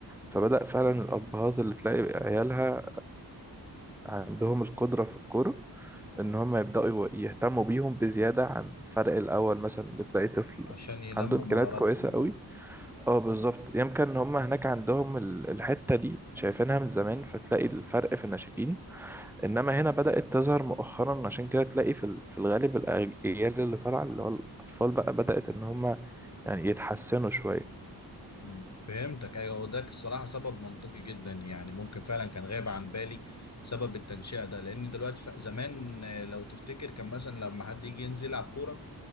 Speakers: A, in the centre; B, on the left (about 45°).
A: فبدأ فعلا الأبهات اللي تلاقي عيالها عندهم القدرة في الكورة إن هم يبدأوا يو- يهتموا بيهم بزيادة عن الفرق الأول مثلا اللي تلاقي طفل
B: عشان ينموا
A: عنده إمكانيات
B: مهاراتهم
A: كويسة قوي
B: اه
A: اه بالظبط يمكن إن هم هناك عندهم ال- الحتة دي شايفينها من زمان فتلاقي الفرق في الناشئين انما هنا بدأت تظهر مؤخرا عشان كده تلاقي في ال- في الغالب الاجيال اللي طالعه اللي هو الاطفال بقى بدأت ان هم يعني يتحسنوا شويه
B: مم. فهمتك ايوه هو ده الصراحه سبب منطقي جدا يعني ممكن فعلا كان غايب عن بالي سبب التنشئه ده لان دلوقتي ف- زمان آه، لو تفتكر كان مثلا لما حد يجي ينزل يلعب كوره